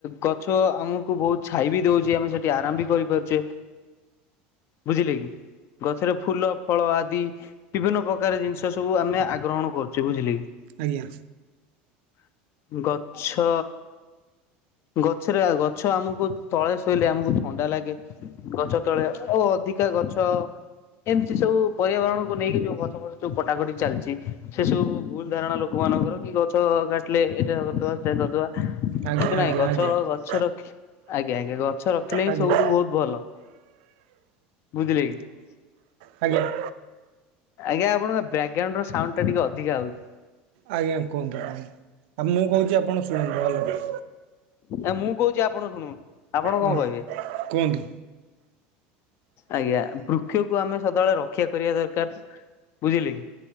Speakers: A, on the left; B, on the right.
A: ଗଛ ଆମୁକୁ ବହୁତ ଛାଇ ବି ଦଉଚି ଆମେ ସେଠି ଆରାମ ବି କରି ପାରୁଚେ। ବୁଝିଲେ କି? ଗଛରେ ଫୁଲ ଫଳ ଆଦି ବିଭିନ୍ନ ପ୍ରକାର ଜିନିଷ ସବୁ ଆମେ ଆଗ୍ରହଣ କରୁଚେ, ବୁଝିଲେ କି?
B: ଆଜ୍ଞା।
A: ଗଛ ଗଛରେ ଆ ଗଛ ଆମୁକୁ ତଳେ ଶୋଇଲେ ଆମୁକୁ ଥଣ୍ଡା ଲାଗେ। ଗଛ ତଳେ ଓ ଅଧିକା ଗଛ ଏମତି ସବୁ ପର୍ୟାବରଣକୁ ନେଇକି ଯୋଉ ଗଛ ଫଚ ସବୁ କଟାକଟି ଚାଲିଚି ସେ ସବୁ ଭୁଲ ଧାରଣା ଲୋକମାନଙ୍କର। ଗଛ କାଟିଲେ ଏଟା କରିଦବା ସେ କରିଦବା
B: ଆଜ୍ଞା
A: କିନ୍ତୁ
B: ଆଜ୍ଞା
A: ନାଇଁ ଗଛ
B: ଆଜ୍ଞା
A: ଗ ଛର ଆଜ୍ଞା ଆଜ୍ଞା ଗଛ ରଖିଲେ ହିଁ
B: ଆଜ୍ଞା
A: ସବୁଠୁ ବୋହୁତ ଭଲ। ବୁଝିଲେ କି?
B: ହାଜ୍ଞା।
A: ଆଜ୍ଞା ଆପଣଙ୍କ ବ୍ୟାକଗ୍ରାଉଣ୍ଡ୍ ର ସାଉଣ୍ଡ୍ ଟା ଟିକେ ଅଧିକା ହଉଚି।
B: ଆଜ୍ଞା କୁହନ୍ତୁ କୁହଁ ଆଉ ମୁଁ କହୁଚି ଆପଣ ଶୁଣନ୍ତୁ ଭଲରେ।
A: ଏ ମୁଁ କହୁଛି ଆପଣ ଶୁଣନ୍ତୁ ଆପଣ କଣ
B: ହଁ
A: କହିବେ?
B: କୁହନ୍ତୁ।
A: ଆଜ୍ଞା ବୃକ୍ଷକୁ ଆମେ ସଦାବେଳେ ରକ୍ଷା କରିବା ଦରକାର ବୁଝିଲେ କି।